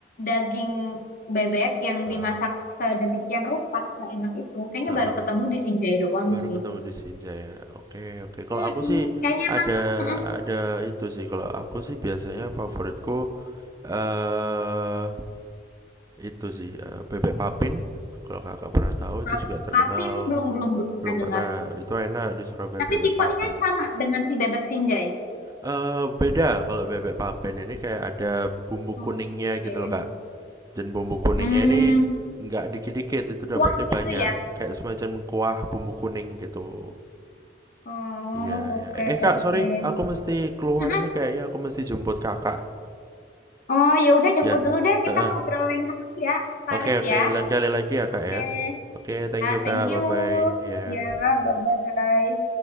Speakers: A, on the left; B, on the right.
A: daging bebek yang
B: heeh,
A: dimasak sedemikian rupa, seenak itu. Kayaknya
B: heeh.
A: baru ketemu di Sinjai doang
B: Baru
A: sih.
B: ketemu di Sinjai ya. Oke, oke. Kalau
A: Mm-mm,
B: aku sih
A: kayaknya
B: ada
A: emang mm-mm.
B: ada itu sih. Kalau aku sih biasanya favoritku eh Itu sih, eee, bebek papin, kalau Kakak pernah tahu
A: Pap-
B: itu juga terkenal.
A: Papin belum belum belum
B: Belum
A: pernah dengar.
B: pernah, itu enak di Surabaya
A: Tapi
B: bebek
A: tipenya
B: papin.
A: sama dengan si bebek Sinjai.
B: Eee, beda kalau bebek papin ini kayak ada bumbu
A: Oke.
B: kuningnya gitu loh, Kak. Dan bumbu kuningnya
A: Hmm,
B: ini nggak dikit-dikit, itu dapatnya
A: Wah
B: banyak.
A: gitu ya.
B: Kayak semacam kuah bumbu kuning gitu.
A: Oh,
B: Iya
A: oke
B: iya. Eh eh, Kak,
A: oke.
B: sorry, aku mesti keluar
A: Mm-mm.
B: nih kayaknya aku mesti jemput Kakak.
A: Oh, ya udah jemput
B: Ya,
A: dulu deh.
B: heeh.
A: Kita ngobrol lain kali ya, Farid
B: Oke oke,
A: ya.
B: lain kali lagi ya, Kak,
A: Oke,
B: ya. Oke, thank
A: ya,
B: you,
A: thank
B: Kak, bye-bye,
A: you.
B: ya
A: Ya, bye-bye.